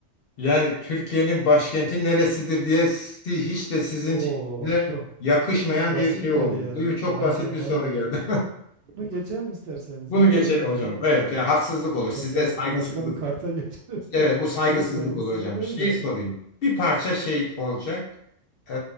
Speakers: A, on the left; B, on the right.
A: Yani Türkiye'nin başkenti neresidir diye si- hiç de sizin
B: Oo
A: size
B: çok
A: yakışmayan
B: çok basit
A: bir şey
B: geldi
A: oldu.
B: ya.
A: Değil mi? Çok
B: Aynen
A: basit bir
B: valla.
A: soru geldi.
B: Bunu geçelim isterseniz
A: <laughs> Bunu
B: ya.
A: geçelim
B: Böyle
A: hocam.
B: şey olmaz.
A: Evet, yani haksızlık olur. Size
B: Ba- Diğer
A: saygısızlık.
B: başka bir karta <laughs> geçelim.
A: Evet, bu saygısızlık
B: Yok saygısızlık
A: olur hocam.
B: değil
A: Şey
B: de.
A: sorayım. Bir parça şey olacak e,